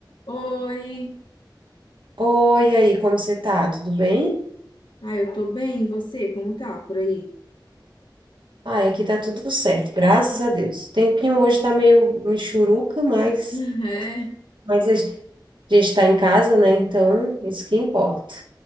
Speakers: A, on the left; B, on the right.
A: Oi.
B: Oi, e aí, como você tá? Tudo bem?
A: Ah, eu tô bem. E você, como tá por aí?
B: Ai, aqui tá tudo certo, graças a Deus. O tempinho hoje tá meio michuruca, mas,
A: <laughs> É,
B: mas a gente a gente tá em casa, né? Então, isso que importa.